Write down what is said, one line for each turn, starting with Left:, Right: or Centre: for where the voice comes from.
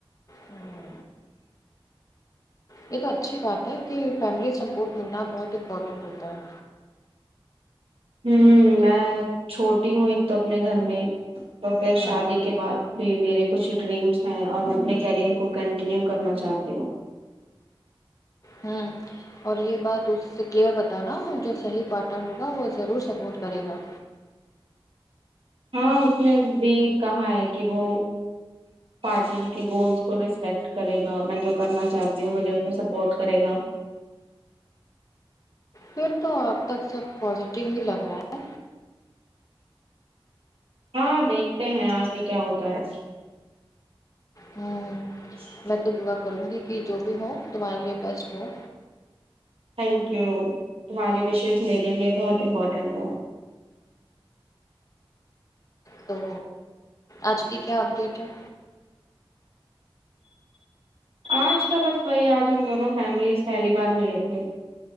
Left: ہوں، یہ تو اچھی بات ہے کہ فیملی سپورٹ ملنا بہت امپورٹنٹ ہوتا ہے
Right: ہوں میں چھوٹی ہوں ایک تو اپنے گھر میں تو پھر
Left: ہاں
Right: شادی کے بعد بھی میرے کچھ ڈریمس ہیں اور میں اپنے کیریئر کو کنٹینیو کرنا چاہتی ہوں
Left: ہوں اور یہ بات اس سے کلیئر بتانا جو صحیح پاٹنر ہوگا وہ ضرور سپورٹ کرے گا
Right: ہاں اس نے بھی کہا ہے کہ وہ پاٹنر کے گولس کو رسپکٹ کرے گا میں جو کرنا چاہتی ہوں مجھے اس میں سپورٹ کرے گا
Left: پھر تو اب تک سب پوزیٹیو ہی لگ رہا ہے
Right: ہاں دیکھتے ہیں آگے کیا ہوتا ہے
Left: ہوں
Right: جی
Left: میں تو دعا کروں گی کہ جو بھی ہو تمہارے لیے بیسٹ ہو
Right: تھینک یو تمہاریے وشیز میرے لیے بہت امپورٹنٹ ہے
Left: تو آج کی کیا اپڈیٹ ہے
Right: آج کا بس وہی آج ہم دونوں فیملیز پہلی بار ملے تھے